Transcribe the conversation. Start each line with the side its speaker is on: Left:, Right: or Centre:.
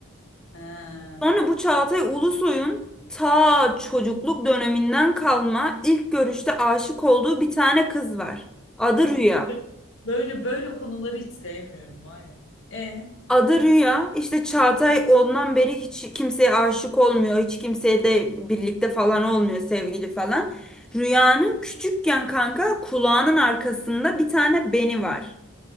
Left: Ha.
Centre: Sonra bu Çağatay Ulusoy'un ta çocukluk döneminden kalma ilk görüşte aşık olduğu bir tane kız var. Adı
Left: Öf,
Centre: Rüya.
Left: böyle böyle konuları hiç sevmiyorum var ya. E,
Centre: Adı Rüya. İşte Çağatay ondan beri hiç kimseye aşık olmuyor. Hiç kimseye de birlikte falan olmuyor sevgili falan. Rüya'nın küçükken kanka kulağının arkasında bir tane beni var.